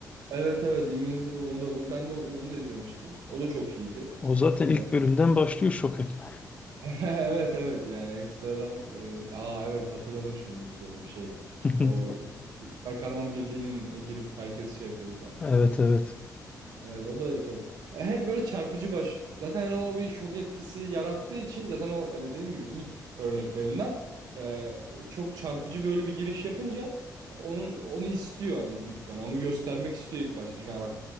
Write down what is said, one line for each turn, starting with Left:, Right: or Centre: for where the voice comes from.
Right: evet evet Invincible onu da, onu- ben de onu, onu da izlemiştim. O da çok iyiydi.
Left: O zaten
Right: Ee,
Left: ilk bölümden başlıyor şok etme.
Right: <laughs> evet evet yani ekstradan e, aa evet hatırladım şimdi ilk bölüm şey.
Left: <laughs>
Right: O Süper Kahraman Birliği'nin e, girip herkes şey yapıyordu
Left: Evet evet.
Right: Evet o da çok E, hep böyle çarpıcı baş. Zaten hani o bir şok etkisi yarattığı için zaten o yani dediğim gibi ilk örneklerinden e, çok çarpıcı böyle bir giriş yapınca e, onun onu istiyor hani büyük ihtimalle onu göstermek istiyor ilk başta. Çünkü hani bak